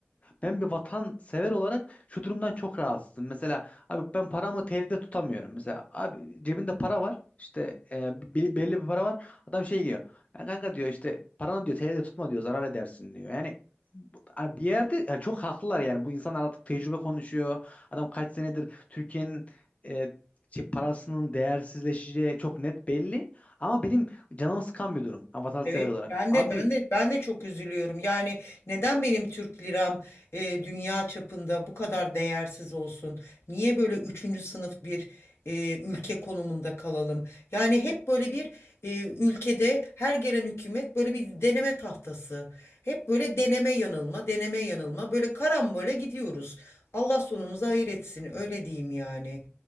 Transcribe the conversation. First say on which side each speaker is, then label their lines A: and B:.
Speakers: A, on the left; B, on the left.
A: ben bir vatansever olarak şu durumdan çok rahatsızım. Mesela abi ben paramı TL'de tutamıyorum. Mesela abi cebinde para var. İşte e, be- belli bir para var. Adam şey diyor. "Ya kanka diyor işte paranı diyor TL'de tutma diyor zarar edersin diyor. Yani bu- hani bir yerde ya çok haklılar yani bu insanlar artık tecrübe konuşuyor. Adam kaç senedir Türkiye'nin e, şey, parasının değersizleşeceği çok net belli. Ama benim canımı sıkan bir durum. ha, vatansever
B: Evet
A: olarak.
B: ben
A: Abi
B: de ben de ben de çok üzülüyorum. Yani neden benim Türk liram e, dünya çapında bu kadar değersiz olsun? Niye böyle üçüncü sınıf bir e, ülke konumunda kalalım? Yani hep böyle bir e, ülkede her gelen hükümet böyle bir deneme tahtası. Hep böyle deneme yanılma, deneme yanılma. Böyle karambole gidiyoruz. Allah sonumuzu hayır etsin öyle diyeyim yani.